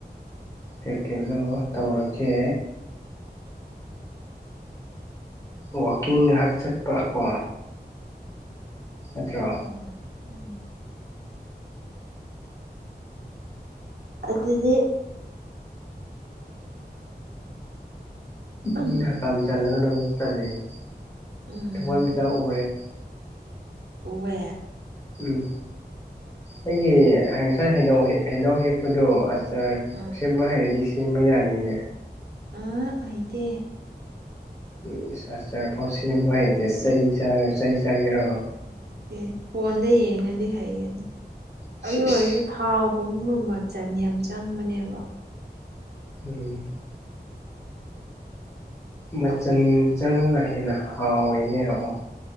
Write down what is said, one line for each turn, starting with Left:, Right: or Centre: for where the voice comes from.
Left: ꯀꯩꯀꯩꯅꯣ ꯇꯧꯔꯀꯦ ꯋꯥꯛꯀꯤꯡ ꯉꯥꯛ ꯆꯠꯄ ꯀꯣ ꯅꯠꯇ꯭ꯔꯣ
Right: ꯎꯝ ꯎꯝ ꯑꯗꯨꯗꯤ ꯎꯝ
Left: ꯃꯤꯅ ꯍꯀꯝ ꯆꯜꯂꯒ ꯅꯪꯁꯨ ꯆꯜꯂꯤꯅꯤ
Right: ꯎꯝ
Left: ꯊꯋꯥꯟꯃꯤꯆꯥꯛ ꯎꯔꯦ
Right: ꯎꯋꯦ
Left: ꯎꯝ ꯑꯩꯒꯤ ꯉꯁꯥꯏ ꯍꯩꯅꯧ ꯍꯩꯅꯧ ꯍꯦꯛꯄꯗꯨ ꯑꯗꯨ ꯆꯔ
Right: ꯑ
Left: ꯁꯦꯝꯕ ꯍꯥꯏꯔꯗꯤ ꯁꯦꯝꯕ ꯌꯥꯅꯤꯅꯦ
Right: ꯑꯥ ꯍꯩꯇꯦ
Left: ꯑꯝ ꯑꯥꯔꯇꯥꯔꯐꯥꯎ ꯁꯦꯝꯕ ꯍꯩꯇꯦ ꯆ ꯆꯩ ꯆꯥꯒꯦꯔꯣ
Right: ꯍꯩꯇꯦ ꯐꯣꯟꯗ ꯌꯦꯡꯉꯗꯤ ꯍꯩꯒꯅꯤ
Left: ꯁꯤꯁ
Right: ꯑꯗꯨ ꯑꯣꯏꯔꯁꯨ ꯊꯥꯎꯒꯨꯝꯕ ꯃꯆꯥꯟ ꯌꯥꯝ ꯆꯪꯕꯅꯦꯕ
Left: ꯎꯝ ꯃꯆꯜ
Right: ꯑꯗꯨꯝ
Left: ꯆꯪꯉꯒ ꯍꯦꯟꯅ ꯍꯥꯎꯏꯅꯦ ꯌꯦꯡꯉꯣ